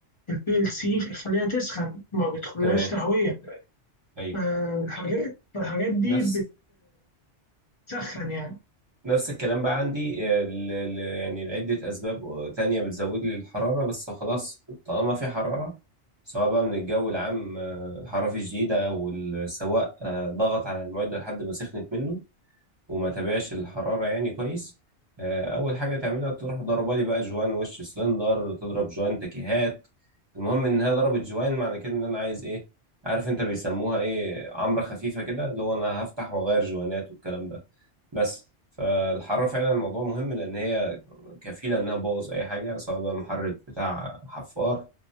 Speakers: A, on the left; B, on the right.
A: البي ال سي فيخليها تسخن ما بيدخلهاش
B: تمام
A: تهوية،
B: ايوه
A: فالحاجات الحاجات دي
B: نفس
A: بتسخن يعني،
B: نفس الكلام بقى عندي آه، ل- ل- يعني لعدة أسباب تانية بتزود لي الحرارة بس خلاص طالما في حرارة سواء بقى من الجو العام آه، حرارة شديدة أو السواق آه، ضغط على المعدة لحد ما سخنت منه وما تابعش الحرارة يعني كويس آه، أول حاجة تعملها تروح ضربة لي بقى جوان وش سلندر تضرب جوان تكيهات المهم إن هي ضربت جوان معنى كده إن أنا عايز إيه عارف أنت بيسموها إيه عمرة خفيفة كده اللي هو أنا هفتح وأغير جوانات والكلام ده بس فالحرارة فعلا الموضوع مهم لأن هي كفيلة إنها تبوظ أي حاجة سواء بقى محرك بتاع حفار